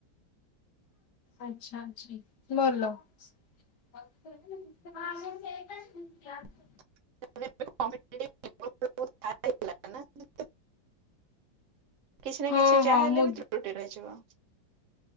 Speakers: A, on the left; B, on the right.
A: ଆଚ୍ଛା ଆଚ୍ଛି ଭଲ। <inaudible>
B: <unintelligible> କିଛି ନା
A: ହଁ
B: କିଛି ଚାହା
A: ହଁ
B: ହେଲେ
A: ମୁଁ
B: ବି ତ୍ରୁଟି ରହିଯିବ।